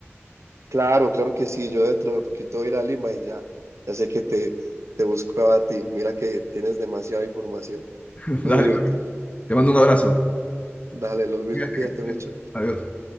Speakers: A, on the right; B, on the left.
A: Claro, claro que sí. Yo dentro de poquito voy a ir a Lima y ya, ya sé que te, te busco a ti. Mira que tienes demasiada información,
B: <laughs>
A: muy
B: Dale,
A: útil.
B: te mando un
A: <laughs>
B: abrazo.
A: Dale, lo mismo,
B: Cuídate,
A: cuídate
B: que estés bien.
A: mucho.
B: Adiós.